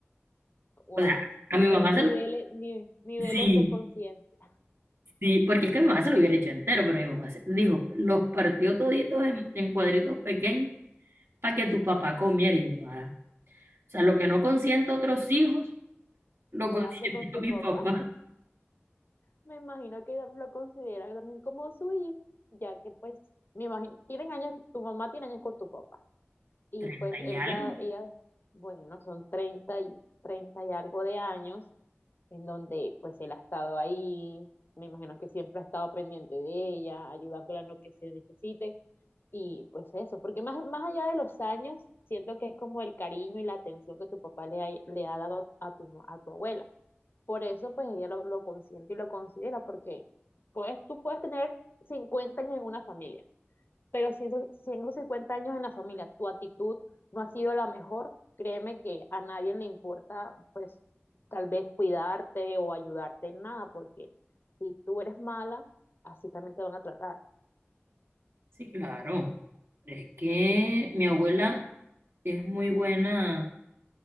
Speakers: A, on the left (about 55°); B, on the right (about 65°).
A: Wow.
B: O sea, a
A: Nive-
B: mi mamá se
A: niveles,
B: lo...
A: ni- niveles
B: Sí,
A: de conciencia.
B: sí, porque es que mi mamá se lo hubiera hecho entero, pero mi papá se- dijo, los partió toditos en, en cuadritos pequeños para que tu papá comiera y yo, "Ah". O sea, lo que no consiente a otros hijos, lo
A: Lo
B: consiente
A: hace con tu
B: a mi
A: papá.
B: papá.
A: Me imagino que lo considera también como su hijo, ya que pues, me imagino, tienen años, tu mamá tiene años con tu papá, y
B: Treinta
A: pues
B: y
A: él,
B: algo.
A: se ha- ella, bueno, son treinta y, treinta y algo de años, en donde pues él ha estado ahí, me imagino que siempre ha estado pendiente de ella, ayudándola en lo que se necesite, y pues eso, porque más, más allá de los años, siento que es como el cariño y la atención que tu papá le ha, le ha dado a tu, ma- a tu abuela por eso, pues ella lo, lo consiente y lo considera, porque pues, tú puedes tener 50 años en una familia, pero si esos, si en esos 50 años en la familia tu actitud no ha sido la mejor, créeme que a nadie le importa, pues, tal vez cuidarte o ayudarte en nada, porque si tú eres mala, así también te van a tratar.
B: Sí, claro. Es que mi abuela Y es muy buena